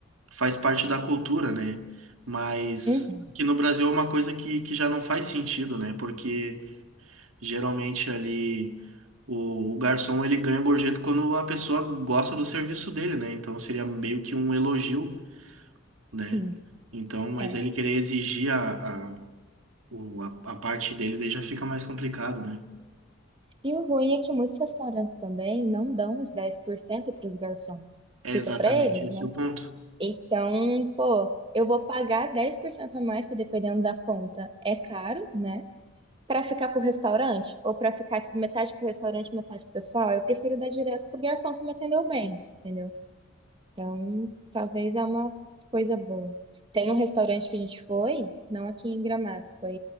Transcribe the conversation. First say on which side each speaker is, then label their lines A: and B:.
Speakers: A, on the right (about 80°); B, on the right (about 25°).
A: faz parte da cultura, né? Mas
B: Uhum,
A: aqui no Brasil é uma coisa que, que já não faz sentido, né? Porque geralmente ali. O, o garçom ele ganha gorjeta quando a pessoa gosta do serviço dele, né? Então seria meio que um elogio, né?
B: sim,
A: Então, mas
B: é.
A: ele querer exigir a, a, o- a, a parte dele daí já fica mais complicado, né?
B: E o ruim é que muitos restaurantes também não dão os 10% para os garçons.
A: É
B: Fica
A: exatamente
B: para eles,
A: esse
B: né?
A: o ponto.
B: Então, pô, eu vou pagar 10% a mais, que dependendo da conta é caro, né? Para ficar pro restaurante, ou para ficar tipo, metade pro restaurante, metade pro pessoal, eu prefiro dar direto pro garçom que me atendeu bem, entendeu? Então, talvez é uma coisa boa. Tem um restaurante que a gente foi, não aqui em Gramado, foi